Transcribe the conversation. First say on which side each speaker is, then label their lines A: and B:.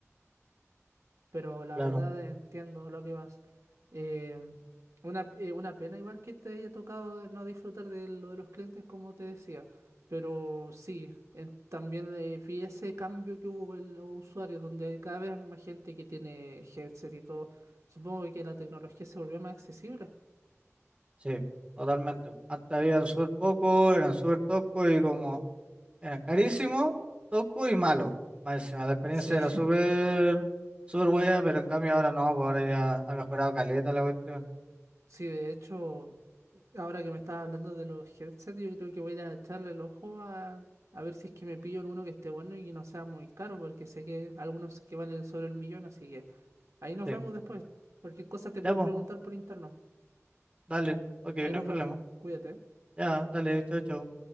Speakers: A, on the right; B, on the right.
A: pero la
B: claro.
A: verdad entiendo lo que vas. Eh, una, eh, una pena igual que te haya tocado no disfrutar de lo de los clientes, como te decía, pero sí, eh, también eh, vi ese cambio que hubo en los usuarios, donde hay cada vez más gente que tiene headset y todo. Supongo que la tecnología se volvió más accesible.
B: Sí, totalmente. Antes habían súper poco, eran súper toscos y como eran carísimos, toscos y malos. Más encima, la experiencia
A: Sí,
B: era
A: <laughs>
B: súper, súper buena, pero en cambio ahora no, pues ahora ya ha mejorado caleta la cuestión.
A: sí, de hecho. Ahora que me estás hablando de los headsets, yo creo que voy a ir a echarle el ojo a, a ver si es que me pillo alguno que esté bueno y que no sea muy caro, porque sé que algunos que valen sobre el millón, así que ahí nos
B: Sí,
A: vemos después. Cualquier cosa te
B: ya
A: puedo
B: pues,
A: preguntar por interno.
B: dale, ok,
A: Ahí
B: no
A: nos
B: hay problema.
A: vemos, cuídate.
B: Ya, dale, chao, chao.